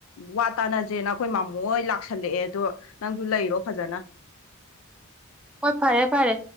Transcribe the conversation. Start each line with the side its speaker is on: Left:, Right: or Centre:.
Left: ꯋꯥ ꯇꯥꯅꯁꯦꯅ ꯑꯩꯈꯣꯏ ꯃꯥꯃꯣ ꯍ ꯂꯥꯛꯁꯜꯂꯛꯑꯦ ꯑꯗꯣ ꯅꯪꯁꯨ ꯂꯩꯔꯣ ꯐꯖꯅ
Centre: ꯑꯣ ꯐꯥꯔꯦ ꯐꯥꯔꯦ